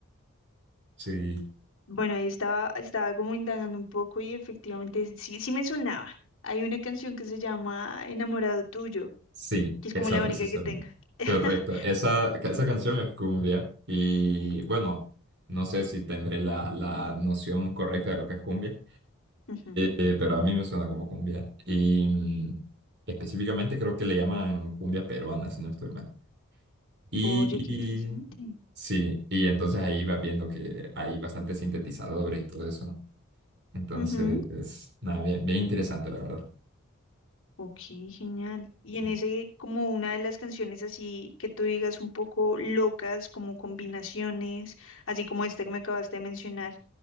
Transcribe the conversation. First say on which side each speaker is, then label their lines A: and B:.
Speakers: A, on the right; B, on the left.
A: Sí,
B: Bueno, ahí estaba, estaba como indagando un poco y efectivamente sí, sí me sonaba. Hay una canción que se llama Enamorado Tuyo,
A: sí,
B: que es
A: esa
B: como la
A: precisamente.
B: única que tenga. <laughs>
A: Correcto. Esa, esa canción es cumbia. Y bueno, no sé si tendré la, la noción correcta de lo que es cumbia.
B: Ujú.
A: Eh, pero a mí me suena como cumbia. Y mm, específicamente creo que le llaman cumbia peruana, si no estoy mal. Y,
B: Oye, qué
A: y-
B: interesante.
A: sí, y entonces ahí vas viendo que hay bastantes sintetizadores y todo eso. Entonces,
B: Ujú.
A: es, nada, bien, bien interesante, la verdad.
B: Ok, genial. Y
A: Sí.
B: en ese, como una de las canciones así que tú digas un poco locas, como combinaciones, así como esta que me acabaste de mencionar,